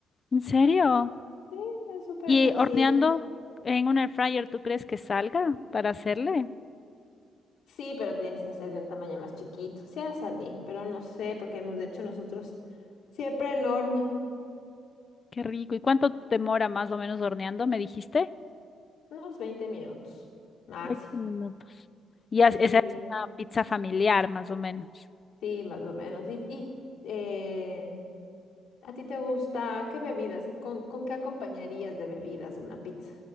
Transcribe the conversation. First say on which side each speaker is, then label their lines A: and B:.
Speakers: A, on the left (about 35°); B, on the left (about 85°).
A: ¿En serio?
B: sí, es súper
A: ¿Y
B: sencillo.
A: horneando en un air fryer, tú crees que salga para hacerle?
B: Sí, pero tienes que hacer de un tamaño más chiquito, sí ha salir, pero no sé, porque hemos hecho nosotros siempre en horno,
A: Qué rico. ¿Y cuánto demora más o menos horneando? ¿Me dijiste?
B: unos 20 minutos máximo.
A: 20 minutos. Y
B: Sí,
A: as- esa es una pizza familiar, más o menos.
B: sí, más o menos. Y, y eh, ¿a ti te gusta qué bebidas y con, con qué acompañarías de bebidas una pizza?